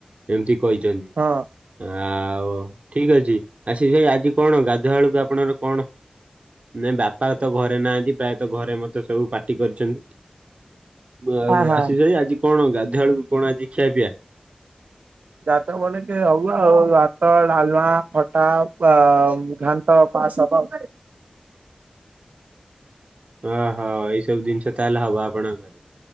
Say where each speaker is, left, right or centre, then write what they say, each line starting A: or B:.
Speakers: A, on the right; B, on the right.
A: ଏମିତି କହିଛନ୍ତି।
B: ହଁ।
A: ଆଉ ଠିକ ଅଛି ଆସିସ୍ ଭାଇ ଆଜି କଣ ଗାଧୁଆବେଳୁକୁ ଆପଣର କଣ? ନାଇ ବାପା ତ ଘରେ ନାହାନ୍ତି ପ୍ରାୟତଃ ଘରେ ମତେ ସବୁ ପାଟି କରିଛ ଆଉ
B: ହଁ ହଁ।
A: ଆସିସ୍ ଭାଇ ଆଜି କଣ ଗାଧୁଆଳକୁ କଣ ଆଜି ଖିଆପିଆ।
B: ଯାହାତ ବୋଲେକେ ଅରୁଆ ଆଉ ଭାତ ଡାଲମା ଖଟା ଆଉ ଘା ଘାଣ୍ଟ ପାସ୍ ହବ।
A: ଅହ ଏଇ ସବୁ ଜିନିଷ ତାହେଲେ ହବ ଆପଣଙ୍କ ଘରେ।